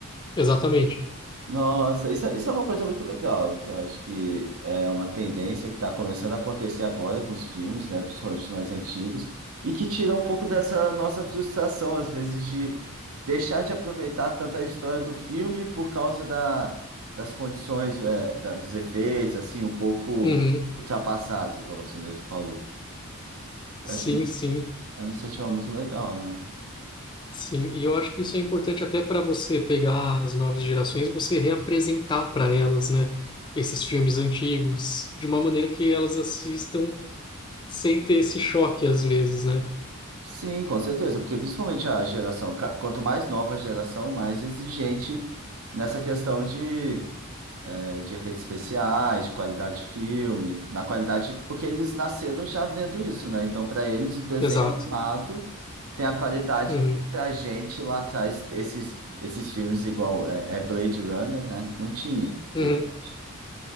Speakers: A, on the left; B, on the right.
A: exatamente.
B: Nossa, isso, é, isso é uma coisa muito legal, que eu acho que é uma tendência que está começando a acontecer agora com os filmes, né, principalmente os mais antigos, e que tira um pouco dessa nossa frustração, às vezes, de deixar de aproveitar tanta história do filme por causa da, das condições, é, da- dos efeitos, assim, um pouco
A: Uhum,
B: ultrapassados, igual você mesmo falou.
A: sim,
B: Eu acho é
A: sim.
B: uma iniciativa muito legal, né?
A: Sim, e eu acho que isso é importante até para você pegar as novas gerações, você reapresentar para elas, né, esses filmes antigos, de uma maneira que elas assistam sem ter esse choque às vezes, né?
B: Sim, com certeza, porque principalmente a geração, ca- quanto mais nova a geração, mais exigente nessa questão de, eh, de efeitos especiais, de qualidade de filme, na qualidade, porque eles nasceram já vendo isso, né? Então, para eles, o desenho
A: Exato.
B: animado tem a qualidade
A: Uhum,
B: que pra gente lá atrás, esses, esses filmes igual é, é Blade Runner, né? Não tinha,
A: uhum,
B: de repente.